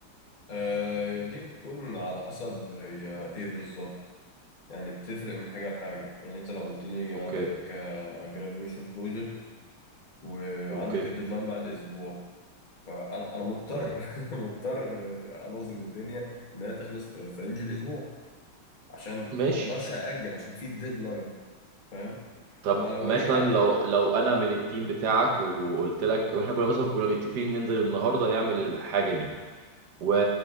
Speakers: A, on the left; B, on the right.
A: آه يا دي بتكون على حسب هي ايه بالظبط يعني بتفرق من حاجة لحاجة يعني انت لو قلت لي
B: اوكي
A: عندك آه graduation project وعندك
B: اوكي
A: الديدلاين بعد اسبوع فانا انا مضطر
B: تمام
A: <laughs> مضطر آه، انظم الدنيا انها تخلص في في رينج الاسبوع عشان
B: ماشي
A: ما اقدرش ااجل عشان في الديدلاين فاهم
B: طب
A: اما لو
B: مثلا
A: هي حاجة
B: لو لو انا من التيم بتاعك وقلت لك واحنا كنا مثلا كنا متفقين ننزل النهارده نعمل الحاجه دي و...